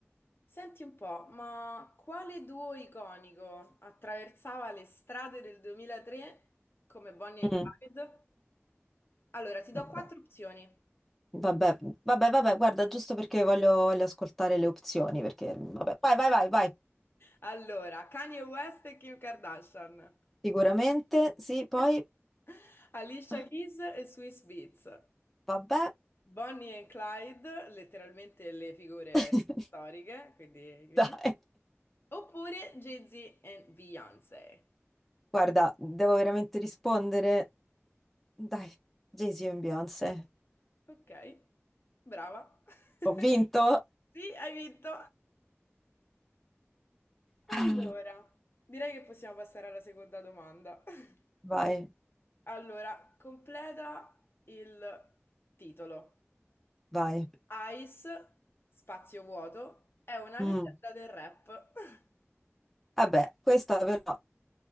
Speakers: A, on the left; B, in the centre.
A: Senti un po', ma quale duo iconico attraversava le strade del 2003 come Bonnie and
B: Mm,
A: Clyde? Allora, ti do
B: vabbè,
A: quattro opzioni.
B: vabbè, vabbè, vabbè, guarda, giusto perché voglio, voglio ascoltare le opzioni, perché, vabbè, vai, vai, vai, vai.
A: Allora, Kanye West e Kim Kardashian.
B: Sicuramente, sì, poi,
A: <laughs> Alicia
B: ah,
A: Keys e Swiss Beats.
B: vabbè.
A: Bonnie e Clyde, letteralmente le figure
B: <laughs>
A: storiche, quindi i criminali.
B: Dai.
A: Oppure Jay-Z e Beyoncé.
B: Guarda, devo veramente rispondere. Dai, Jay-Z e Beyoncé.
A: Ok, brava. <laughs>
B: Ho vinto.
A: Sì, hai vinto.
B: Ah,
A: Allora, direi che possiamo passare alla seconda domanda. <laughs>
B: Vai,
A: Allora, completa il titolo.
B: vai.
A: Ice, spazio vuoto, è una
B: Mm.
A: leggenda del rap. <laughs>
B: Vabbè, questa però